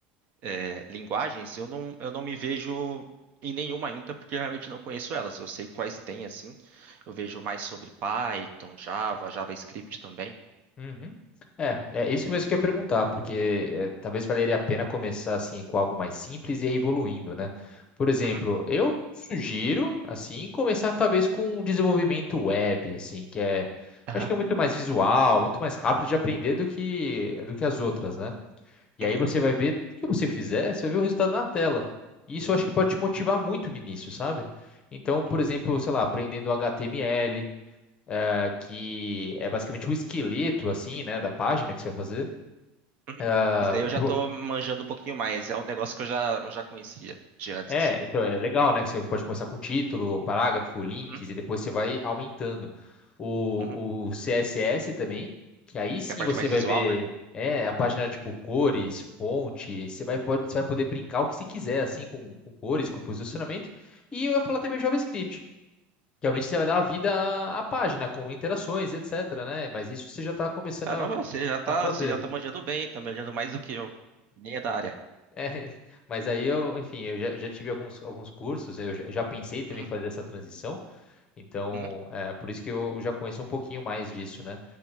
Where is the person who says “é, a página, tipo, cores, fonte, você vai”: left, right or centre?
Left